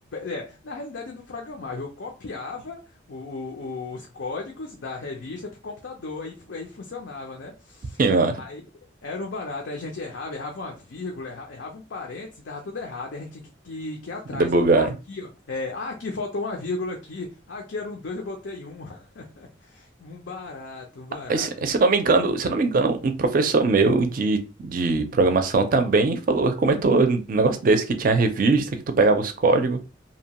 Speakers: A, on the left; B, on the right.
A: É, na realidade, eu não programava, eu copiava o- o- o- os códigos da revista para o computador, aí, fu- aí funcionava, né?
B: Ih, mano,
A: Aí era um barato, aí a gente errava, errava uma vírgula, erra- errava, um parêntese, dava tudo errado, aí a gente tinha que, que, que ir atrás.
B: Ainda bugaram.
A: Aqui, ó, é, ah, aqui faltou uma vírgula aqui, Ah, aqui era um dois, eu botei um. <laughs> Um barato, um barato.
B: Mas Se se eu não me engano, se eu não me engano, um professor meu de, de programação também falou, comentou um negócio desse que tinha revista, que tu pegava os códigos,